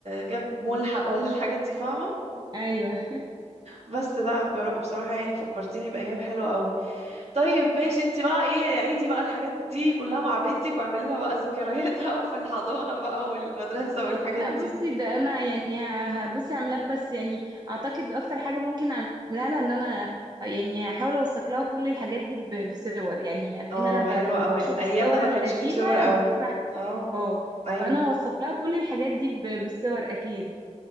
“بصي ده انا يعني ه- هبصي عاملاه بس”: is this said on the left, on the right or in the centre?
Right